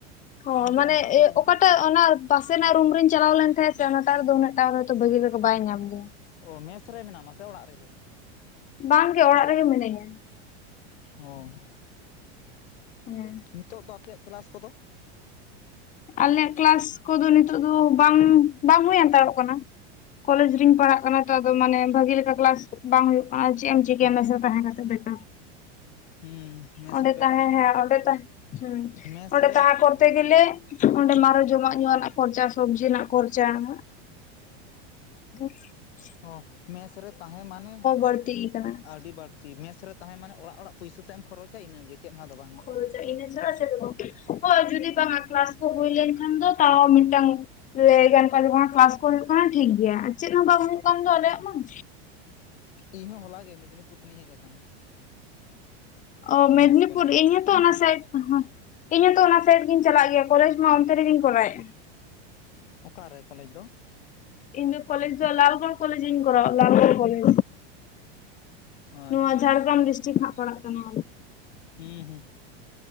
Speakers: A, on the left; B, on the left.
A: ᱦᱳᱭ
B: ᱟᱫᱚ
A: ᱢᱟᱱᱮ
B: ᱚᱱᱠᱟ ᱛᱮᱜᱮ
A: ᱚᱠᱟ ᱴᱟᱜ ᱚᱱᱟ ᱯᱟᱥᱮ ᱱᱟᱜ ᱨᱩᱢ ᱨᱤᱧ ᱪᱟᱞᱟᱣ ᱞᱮᱱ ᱛᱟᱦᱮᱸᱡ ᱥᱮ ᱚᱱᱟ ᱴᱟᱜ ᱨᱮ ᱫᱚ ᱩᱱᱟᱹᱜ ᱴᱟᱜ ᱨᱮ ᱫᱚ ᱩᱱᱟᱹᱜ ᱴᱟ ᱵᱷᱟᱹᱜᱤ ᱞᱮᱠᱚ ᱵᱟᱭ ᱧᱟᱢ ᱜᱮᱭᱟ ᱾
B: ᱚ ᱢᱮᱥ ᱨᱮ ᱢᱮᱱᱟ ᱢᱟ ᱥᱮ ᱚᱲᱟᱜ ᱨᱮ ᱜᱮ
A: ᱵᱟᱝᱜᱮ ᱚᱲᱟᱜ ᱨᱮᱜᱮ ᱢᱤᱱᱟᱹᱧᱟ
B: ᱦᱚᱸ
A: <unintelligible>
B: ᱱᱤᱛᱚᱜ ᱫᱚ ᱟᱯᱮ ᱭᱟᱜ ᱠᱮᱞᱟᱥ ᱠᱚ ᱫᱚ
A: ᱟᱞᱮᱭᱟᱜ ᱠᱮᱞᱟᱥ ᱠᱚᱫᱚ ᱱᱤᱛᱚᱜ ᱫᱚ ᱵᱟᱝ ᱵᱟᱝ ᱦᱩᱭ ᱦᱟᱛᱟᱲᱚᱜ ᱠᱟᱱᱟ ᱾ ᱠᱚᱞᱮᱡ ᱨᱤᱧ ᱯᱟᱲᱦᱟᱜ ᱠᱟᱱᱟ ᱛᱚ ᱟᱫᱚ ᱢᱟᱱᱮ ᱵᱷᱟᱜᱤ ᱞᱮᱠᱟ ᱠᱮᱞᱟᱥ ᱵᱟᱝ ᱦᱩᱭᱩᱜ ᱠᱟᱱᱟ ᱢᱮᱥ ᱨᱮ ᱛᱟᱦᱮᱸ ᱠᱟᱛᱮ ᱵᱮᱠᱟᱨ
B: ᱦᱩᱸ ᱢᱮᱥ
A: ᱚᱸᱰᱮ
B: ᱨᱮ ᱵᱮᱠᱟᱨ
A: ᱛᱟᱦᱮᱸ ᱦᱮᱸ ᱚᱸᱰᱮ ᱛᱟᱦᱮᱸ ᱦᱩᱸ
B: ᱢᱮᱥ
A: ᱚᱸᱰᱮ
B: ᱨᱮ
A: <unintelligible> ᱛᱮ ᱜᱮ ᱞᱮ ᱚᱸᱰᱮ ᱟᱨᱚ ᱡᱚᱢ-ᱟᱜ ᱧᱩ ᱨᱮᱱᱟᱜ ᱠᱷᱚᱨᱪᱟ ᱥᱚᱵᱽᱡᱤ ᱨᱮᱱᱟᱜ ᱠᱷᱚᱨᱪᱟ ᱾ <unintelligible>
B: ᱦᱚ ᱢᱮᱥ ᱨᱮ ᱛᱟᱦᱮᱸ ᱢᱟᱱᱮ
A: ᱵᱟᱹᱲᱛᱤ ᱟᱠᱟᱱᱟ
B: ᱟᱹᱰᱤ ᱵᱟᱹᱲᱤ ᱛᱤ ᱢᱮᱥ ᱨᱮ ᱛᱟᱦᱮᱸ ᱢᱟᱱᱮ ᱚᱲᱟᱜ ᱚᱲᱟᱜ ᱯᱩᱭᱥᱟᱹᱛᱮᱢ ᱠᱷᱚᱨᱚᱪ-ᱟ ᱤᱱᱟᱹᱜᱮ ᱪᱮᱫ ᱦᱚ ᱟᱫᱚ ᱵᱟᱝ-ᱟ ᱾
A: ᱦᱳᱭ ᱤᱱᱟᱹ ᱪᱷᱟᱲᱟ <unintelligible> ᱪᱮᱫ ᱦᱚ ᱵᱟᱝ ᱦᱳᱭ ᱡᱩᱫᱤ ᱠᱮᱞᱟᱥ ᱠᱚ ᱦᱩᱭ ᱞᱮᱱ ᱠᱷᱟᱱ ᱫᱚ ᱛᱟᱣ ᱢᱤᱫᱴᱟᱝ ᱞᱟᱹᱭ ᱜᱟᱱ ᱠᱚ ᱠᱮᱞᱟᱥ ᱠᱚ ᱦᱩᱭᱩᱜ ᱠᱟᱱᱟ ᱴᱷᱤᱠ ᱜᱮᱭᱟ ᱟᱨ ᱪᱮᱫ ᱦᱚᱸ ᱵᱟᱝ ᱦᱩᱭᱩᱜ ᱠᱟᱱ ᱫᱚ ᱟᱞᱮ ᱭᱟᱜ ᱢᱟ ᱾
B: ᱤᱧ ᱦᱚᱸ ᱦᱚᱞᱟ ᱜᱮ ᱢᱮᱫᱽᱱᱤᱯᱩᱨ ᱠᱷᱚᱱᱤᱧ ᱦᱮᱡ ᱟᱠᱟᱱᱟ
A: ᱚ ᱢᱮᱫᱽᱱᱤᱯᱩᱨ
B: ᱢᱮᱥ ᱠᱷᱚᱱᱟᱜ
A: ᱤᱧ ᱦᱚᱛᱚ ᱚᱱᱟ ᱥᱟᱭᱤᱰ ᱤᱧ ᱦᱚᱸᱛᱚ ᱚᱱᱟ ᱥᱟᱭᱤᱰ ᱜᱤᱧ ᱪᱟᱞᱟᱜ ᱜᱮᱭᱟ ᱠᱚᱞᱮᱡᱽ ᱢᱟ ᱚᱱᱛᱮ ᱨᱮᱜᱤᱧ ᱠᱚᱨᱟᱣᱮ - ᱟ ᱾
B: ᱚᱠᱟᱨᱮ ᱠᱚᱞᱮᱡᱽ ᱫᱚ ᱾
A: ᱤᱧ ᱫᱚ ᱠᱚᱞ ᱫᱚ ᱞᱟᱞᱜᱚᱲ ᱠᱚᱞᱮᱡᱽ ᱤᱧ ᱠᱚᱨᱟᱣᱟ ᱞᱟᱞᱜᱚᱲ ᱠᱚᱞᱮᱡᱽ
B: ᱟᱪᱷᱟ
A: ᱱᱚᱣᱟ ᱡᱷᱟᱲᱜᱨᱟᱢ ᱰᱤᱥᱴᱤᱠ ᱦᱟᱸᱜ ᱯᱟᱲᱟᱜ ᱠᱟᱱᱟ
B: ᱦᱩᱸ ᱦᱩᱸ